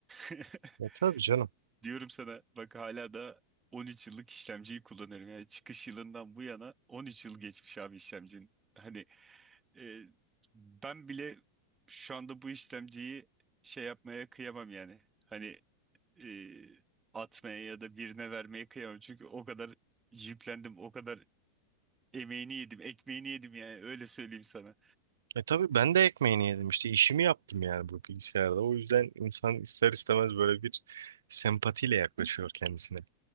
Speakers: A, on the right; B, on the right.
A: <laughs>
B: E tabii canım.
A: Diyorum sana bak hala da 13 yıllık işlemciyi kullanıyorum. Yani çıkış yılından bu yana 13 yıl geçmiş abi işlemcinin. Hani e, ben bile şu anda bu işlemciyi şey yapmaya kıyamam yani. Hani e, atmaya ya da birine vermeye kıyamam. Çünkü o kadar yüklendim, o kadar emeğini yedim, ekmeğini yedim yani öyle söyleyeyim sana.
B: E tabii ben de ekmeğini yedim işte işimi yaptım yani bu bilgisayarda. O yüzden insan ister istemez böyle bir sempatiyle yaklaşıyor kendisine.